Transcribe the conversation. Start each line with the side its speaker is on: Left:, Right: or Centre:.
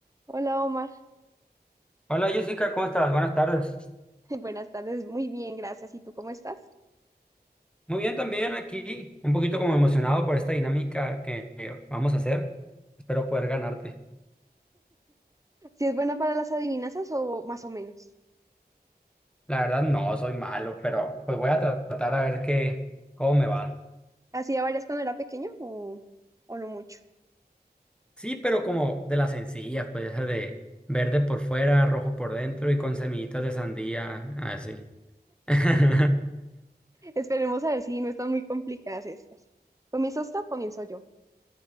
Right: Hola Omar,
Centre: Hola Jessica, ¿cómo estás? Buenas tardes.
Right: <laughs> buenas tardes, muy bien, gracias. ¿Y tú cómo estás?
Centre: Muy bien también aquí, un poquito como emocionado por esta dinámica que que vamos a hacer. Espero poder ganarte.
Right: ¿Si es buena para las adivinanzas o más o menos?
Centre: La verdad no, soy malo, pero pues voy a tratar a ver qué, cómo me va.
Right: ¿Hacía varias cuando era pequeño o, o no mucho?
Centre: Sí, pero como de las sencillas, puede ser de verde por fuera, rojo por dentro y con semillitas de sandía, así. <laughs>
Right: Esperemos a ver si no están muy complicadas estas. ¿Comienzas tú o comienzo yo?